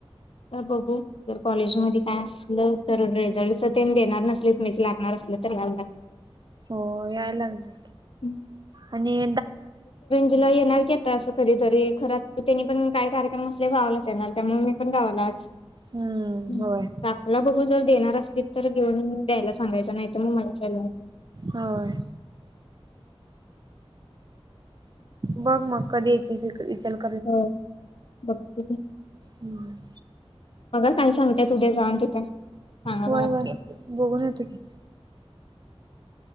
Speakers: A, on the left; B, on the right.
A: त्या बघू जर कॉलेजमध्ये काय असलं तर रिझल्टच ते देणार नसले मीच लागणार असलं तर ला
B: हो याय लागलं.
A: हं
B: आणि
A: तिला येणार की आता असं कधी तरी खरं त्यानी पण काही कार्यक्रम असले गावालाच येणार त्यामुळे मी पण गावालाच.
B: हम्म
A: <unintelligible>
B: होय
A: मला बघू जर देणार असतील तर घेऊन द्यायला सांगायचं नाहीत मग मला त्या
B: होय. बघ मग कधी येते इकडे इचलकरंजीला
A: हो बघते
B: हं.
A: बघा काय सांगतेय उद्या जाऊन तिथं सांगा
B: होय
A: मला
B: होय
A: पण
B: बघून येतो की